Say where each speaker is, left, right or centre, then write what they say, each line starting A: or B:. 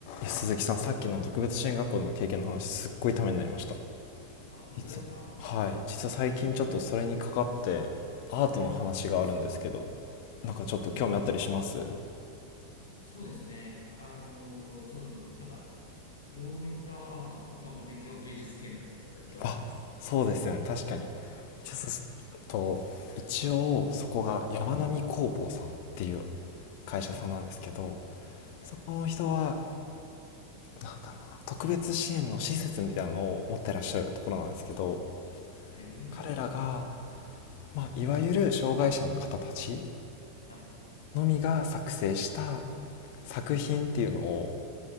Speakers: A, on the left; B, on the left.
A: 鈴木さんさっきの特別支援学校での経験の話すっごいためになりました
B: あ、本当ですかもう、
A: 実ははい実は最近ちょっとそれにかかってアートの話があるんですけど
B: 本当に。はい。
A: なんかちょっと興味あったりします
B: あ、そうなんですね。そうですね。あのそうそうそう。なんか、どういったアートなのか。まあ、僕一応芸術系なんで、ちょっと興味ありますね。
A: あそうですよね確かにちょ
B: はい。
A: っと一応そこが山並工房さんっていう
B: はい。
A: 会社さんなんですけど
B: うんはい。
A: そこの人はなんだろうな特別支援の施設みたいなのを持ってらっしゃるところなんですけど
B: へえ。
A: 彼らが、まあ、いわゆる障害者の方たち
B: はい。
A: のみが作成した作品っていうのを
B: はい。